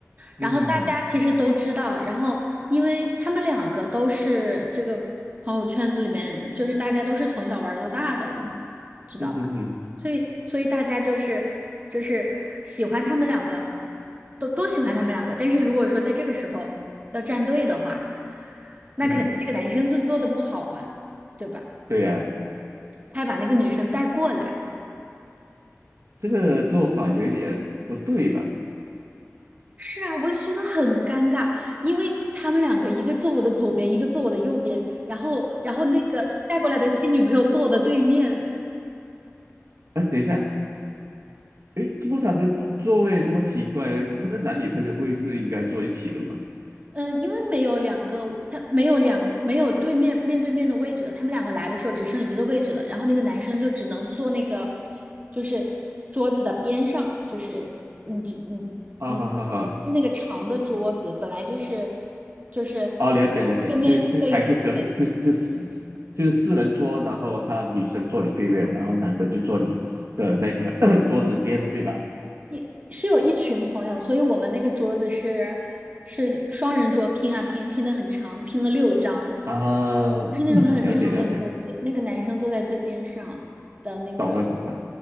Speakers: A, on the right; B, on the right.
A: 嗯
B: 然后大家其实都知道，然后因为他们两个都是这个朋友圈子里面，就是大家都是从小玩到大的，你知道吧？
A: 嗯哼哼，
B: 所以所以大家就是就是喜欢他们两个，都都喜欢他们两个。但是如果说在这个时候要站队的话，那肯这个男生就做的不好嘛，
A: 嗯，哼，
B: 对吧？
A: 对呀、
B: 他还把那个女生带过来。
A: 这个做法有一点不对吧？
B: 是啊，我就觉得很尴尬，因为他们两个一个坐我的左边，一个坐我的右边，然后然后那个带过来的新女朋友坐我的对面，
A: 哎，等一下，诶，不过他们座位这么奇怪，那男女朋友不会是应该坐一起的吗？
B: 嗯，因为没有两个，他没有两没有对面面对面的位置了，他们两个来的时候只剩一个位置了，然后那个男生就只能坐那个就是桌子的边上，就是嗯只嗯嗯，
A: 啊哈哈哈！
B: 就是那个长的桌子，本来就是就是
A: 哦，了解了解，
B: 对面一个一个。
A: 就是还是隔壁，就是四就是四人桌，然后他女生坐你对面，然后男的就坐你的那个 <clears throat> 桌子边，对吧？
B: 一是有一群朋友，所以我们那个桌子是是双人桌，拼啊拼，拼的很长，拼了六张，
A: 啊，
B: 就是那种很长的桌子。
A: 嗯，了解了解，
B: 那个男生坐在最边上的那个，
A: 懂了懂了。